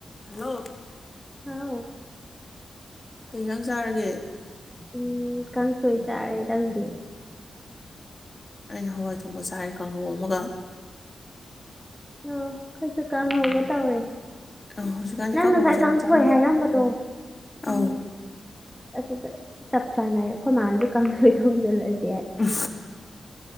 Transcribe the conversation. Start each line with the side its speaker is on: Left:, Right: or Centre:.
Left: ꯍꯂꯣ
Centre: ꯍꯥꯎ
Left: ꯀꯩꯩꯅꯪ ꯆꯥꯔꯒꯦ
Centre: ꯎꯝ ꯀꯥꯡꯪꯁꯣꯏ ꯆꯔ ꯂꯥꯛꯗꯤ
Left: ꯑꯩ ꯍꯋꯥꯏ ꯊꯣꯡꯄ ꯆꯥꯏꯔꯦ ꯀꯥꯡꯒꯧ ꯑꯃꯒ
Centre: ꯑꯣ ꯈꯁ ꯀꯥꯝ ꯍꯕ ꯇꯋꯦ
Left: ꯑꯧ ꯍꯧꯖꯤꯛꯀꯥꯟꯁꯦ
Centre: ꯅꯪ
Left: ꯀꯥꯡꯍꯧꯁꯦ
Centre: ꯉꯁꯥꯏ
Left: ꯌꯥꯝ
Centre: ꯀꯥꯡꯁꯣꯏ
Left: ꯆꯥꯅꯩ
Centre: ꯍꯥꯏꯔꯝꯕꯗꯣ
Left: ꯑꯧ
Centre: ꯎꯝ ꯑꯗꯨꯗ ꯆꯞ ꯆꯥꯅꯏꯌꯦ ꯑꯩꯈꯣꯏ ꯃꯥꯜꯁꯨ ꯀꯥꯡꯁꯨꯣꯏ ꯊꯣꯡꯁꯤꯜꯂꯁꯤꯦ
Left: ꯎ